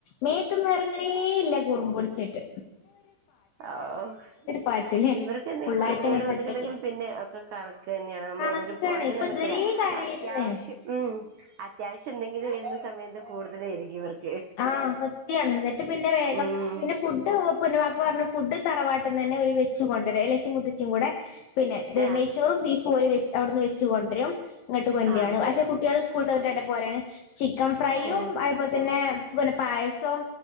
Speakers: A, on the left; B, on the right.
A: മേത്ത്ന്നെറങ്ങ്ണേ ഇല്ല കുറുമ്പുടിച്ചിട്ട്.
B: ഔ
A: പാച്ചില്
B: ഇവർക്കെന്തെലും
A: ഫുള്ളായിട്ട്
B: സൂക്കേട്
A: അങ്ങട്ട്
B: വന്നിട്ടുണ്ടെങ്കി
A: സെറ്റാക്കി
B: പിന്നെ ഒക്കെ കണക്ക് തന്നെയാണ് നമ്മളെ
A: കണക്കാണ്
B: ഒരു പണി
A: ഇപ്പൊ
B: നടക്കൂല.
A: ഇതുവരേ കരയാരുന്ന്
B: അത്യാവശ്യം ഉം അത്യാവശ്യം എന്തെങ്കിലും വരുന്ന സമയത്ത് കൂടുതലായിരിക്കുംവർക്ക്.
A: ആഹ് സത്യാണ് ന്നിട്ട് പിന്നെ വേഗം
B: ഉം
A: പിന്നെ ഫുഡ് പിന്നെവാപ്പറഞ്ഞു ഫുഡ് തറവാട്ട്ന്നാന്നെ ഓല് വെ വെച്ച് കൊണ്ടരാ. എളേച്ചിം മൂത്തച്ചീ കൂടെ പിന്നെ ത്
B: ആഹ്
A: നെയ്ച്ചോറും ബീഫും ഓല് വെച്ച് അവ്ട്ന്ന് വെ ച്ച് കൊണ്ടരും. ഇങ്ങട്ട് കൊണ്ട്രാണ്
B: ആഹ്
A: പക്ഷെ കുട്ടിയേള് സ്കൂൾട്ട്വന്നിട്ട് വാണ്ടേ പോരാന്. ചിക്കൻ ഫ്രൈയും
B: ഉം
A: അതേപോ ൽതന്നേ പിന്നെ പായസോം